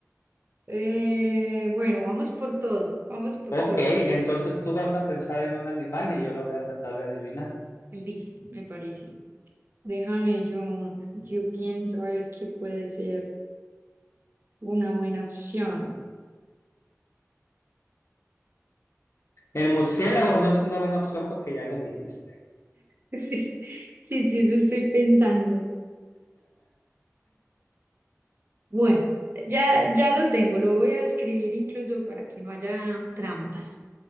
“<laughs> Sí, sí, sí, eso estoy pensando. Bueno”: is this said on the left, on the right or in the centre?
Right